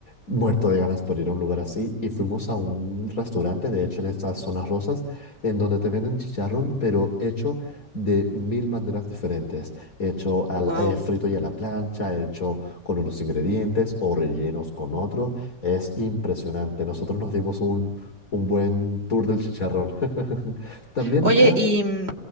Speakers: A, on the left; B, on the right.
A: muerto de ganas por ir a un lugar así y fuimos a un restaurante, de hecho en estas zonas rosas, en donde te venden chicharrón, pero hecho de mil maneras diferentes. Hecho al,
B: Wow.
A: eh, frito y a la plancha, hecho con unos ingredientes o rellenos con otros. Es impresionante. Nosotros nos dimos un, un buen tour del chicharrón. <laughs> También
B: Oye,
A: acá.
B: y mm,